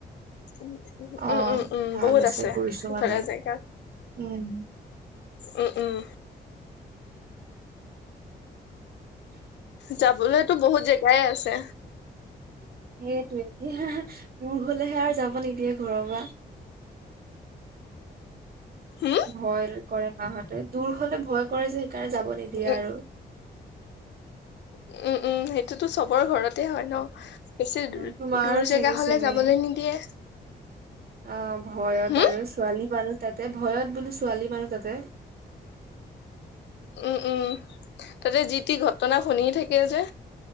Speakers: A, on the left (about 80°); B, on the right (about 60°).
A: উম,
B: অ
A: উম, উম,
B: ভাল
A: বহুত আছে
B: গৈছো
A: সেইফালে
B: মানে
A: জেগা।
B: উম।
A: উম, উম। যাবলৈতো বহুত জেগাই আছে।
B: সেইটোৱে এতিয়া দূৰ হ'লেহে আৰু যাব নিদিয়ে ঘৰৰ পৰা।
A: হম?
B: ভয় কৰে মাহঁতে, দূৰ হলে ভয় কৰে যে সেইকাৰণে যাব নিদিয়ে
A: উম
B: আৰু।
A: উম, উম, সেইটোতো চবৰ ঘৰতে হয় ন? বেছি
B: উম তোমাৰো
A: দূৰ
B: চাগে
A: জেগা হ'লে
B: চেমে।
A: যাবলৈ নিদিয়ে।
B: অ', ভয়ত
A: হম
B: আৰু ছোৱালী মানুহ তাতে, ভয়ত বোলো ছোৱালী মানুহ তাতে। <inaudible>
A: উম, উম, তাতে যি তি ঘটনা শুনি থাকিল যে।